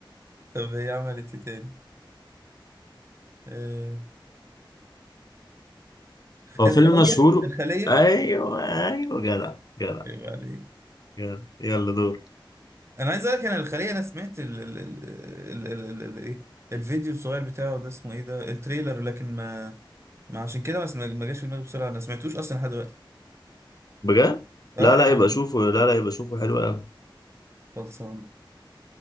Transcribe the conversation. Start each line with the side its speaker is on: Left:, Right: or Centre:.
Right: طب هي عملت ايه تاني آه،
Left: هو
Right: الخليه
Left: فيلم مشهور
Right: الخليه
Left: ايوه ايوه جدع جدع
Right: ايه عليك
Left: جدع يلا دور
Right: انا عايز اقول لك انا الخليه انا سمعت ال ال ال ال ال ال ال ايه الفيديو الصغير بتاعه ده اسمه ايه ده التريلر لكن ما ما عشان كده ما سم- ما جاش في دماغي بسرعه انا سمعتوش اصلا لحد دلوقتي
Left: بجد
Right: اه
Left: لا
Right: انا
Left: لا يبقى شوفه لا لا يبقى شوفه حلو قوي
Right: خلصان